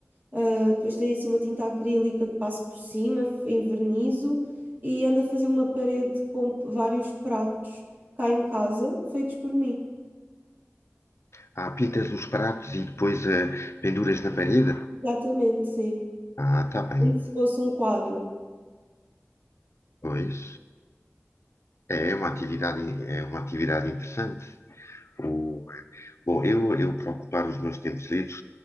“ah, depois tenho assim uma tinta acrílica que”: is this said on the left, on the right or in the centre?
Right